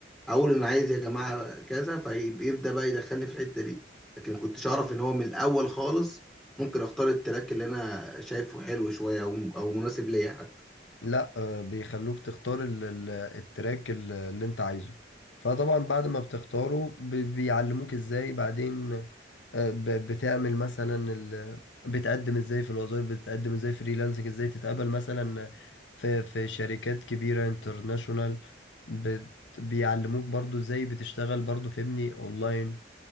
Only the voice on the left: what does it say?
لا آه بيخلوك تختار ال... ال- التراك ال- اللي انت عايزه فطبعا بعد ما بتختاره ب- بيعلموك ازاي بعدين آه، ب- بتعمل مثلا ال... بتقدم ازاي في الوظائف بتقدم ازاي فريلانسنج ازاي تتقبل مثلا في في شركات كبيرة انترناشونال بت... بيعلموك برضو ازاي بتشتغل برضو فهمني اونلاين